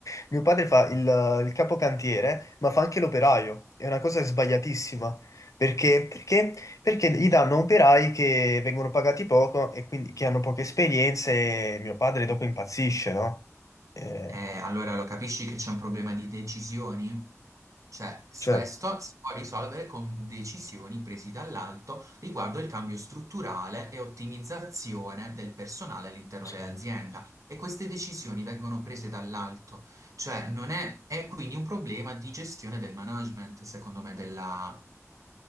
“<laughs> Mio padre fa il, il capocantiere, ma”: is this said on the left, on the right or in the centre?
Left